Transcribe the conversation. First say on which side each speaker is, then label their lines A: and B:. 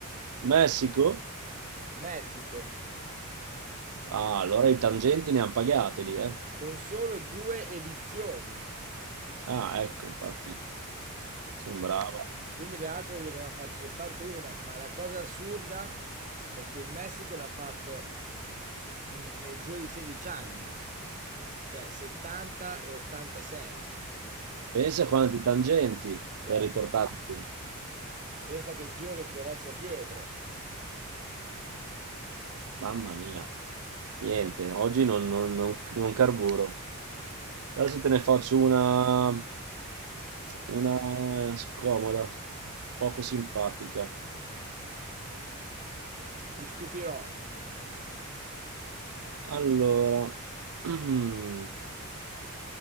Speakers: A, on the right; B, on the right.
A: Messico?
B: Messico,
A: Ah, allora i tangenti ne hanno pagate lì, eh.
B: con solo due edizioni.
A: Ah, ecco, infatti. Sembrava.
B: Quindi le altre vuol dire che ne hanno fatto soltanto una, ma la cosa assurda è che il Messico l'ha fatto in- nel giro di 16 anni, cioè 70 e 86.
A: Pensa a quanti tangenti
B: Cioè,
A: per riportarti.
B: pensa che il giro che ci deve essere dietro.
A: Mamma mia. Niente, oggi non, non- non- non carburo. Adesso te ne faccio una, una eh, scomoda, poco simpatica.
B: Ti stupirò.
A: Allora, <clears throat>